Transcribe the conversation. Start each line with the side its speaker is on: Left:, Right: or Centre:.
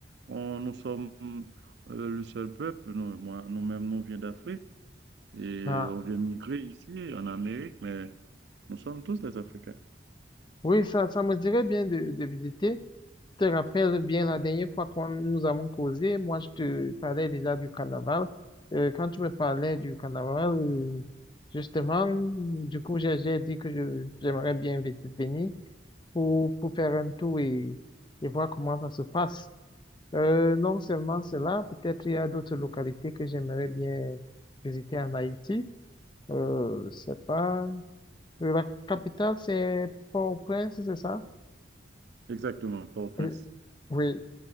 Right: on- nous sommes euh, le seul peuple, nous, moi, nous-mêmes, nous vient d'Afrique. Et
Left: ah,
Right: on vient migrer ici, en Amérique, mais nous sommes tous des Africains.
Left: oui, ça, ça me dirait bien de, de visiter. Je te rappelle bien la dernière fois qu'on nous avons causé, moi je te parlais déjà du carnaval. Euh, quand tu me parlais du carnaval, euh, justement, du coup, j'ai j'ai dit que je, j'aimerais bien vi- venir pour, pour faire un tour et, et voir comment ça se passe. Euh, non seulement cela, peut-être il y a d'autres localités que j'aimerais bien visiter en Haïti. Euh, c'est pas... La capitale, c'est Port-au-Prince, c'est ça?
Right: Exactement, Port-au-Prince.
Left: Euh, Oui,